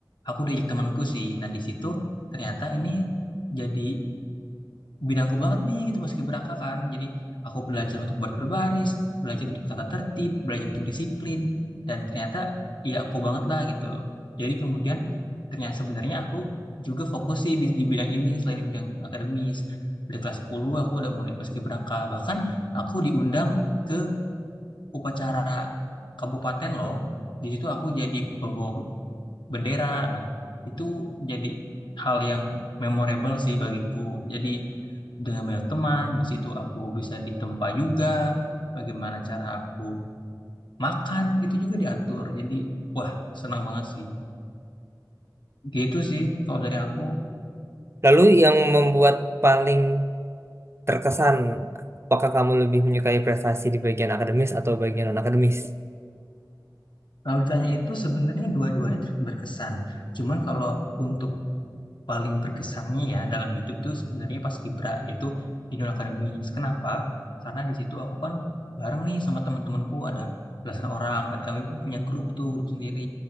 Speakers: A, on the left; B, on the right.
A: aku diajak temanku sih. Nah, di situ ternyata ini jadi bidangku banget nih gitu paskibraka kan. Jadi aku belajar untuk baris berbaris, belajar untuk tata tertib, belajar untuk disiplin dan ternyata ya aku banget lah gitu. Jadi kemudian ternyata sebenarnya aku juga fokus sih di, di bidang ini selain di bidang akademis. Dari kelas 10 aku udah mulai paskibraka. Bahkan aku diundang ke upacara kabupaten loh. Di situ aku jadi pembawa bendera. Nah, itu jadi hal yang memorable sih bagiku. Jadi dengan banyak teman, di situ aku bisa ditempa juga, bagaimana cara aku makan itu juga diatur. Jadi, wah, senang banget sih. Gitu sih kalau dari aku.
B: Lalu yang membuat paling terkesan, apakah kamu lebih menyukai prestasi di bagian akademis atau bagian non-akademis?
A: Kalau ditanya itu sebenarnya dua-duanya ter- berkesan. Cuman kalau untuk paling berkesannya ya dalam hidup tuh sebenarnya pas Kibra yaitu di dunia akademis. Kenapa? Karena di situ aku kan bareng nih sama teman-temanku ada belasan orang dan kami pun punya grup tuh grup sendiri.